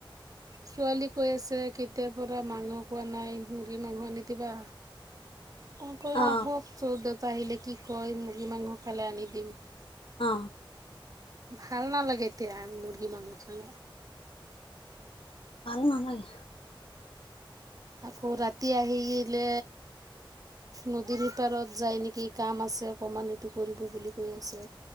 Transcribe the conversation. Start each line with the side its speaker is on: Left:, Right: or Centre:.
Right: ছোৱালী কৈ আছে কেতিয়াৰ পৰা মাংস কোৱা নাই মুৰ্গী মাংস আনি দিবা। ক ক
Left: অ
Right: আহক চ দেউতা আহিলে কি কয় মুৰ্গী মাংস খালে আনি দিম।
Left: অ
Right: ভাল নালাগে এতিয়া মৰ্গী মাংস।
Left: ভাল নালাগে।
Right: আকৌ ৰাতি আহিলে নদীৰ সিপাৰত যায় নেকি কাম আছে। আছে অকণমান এইটো কৰিব বুলি কৈ আছে।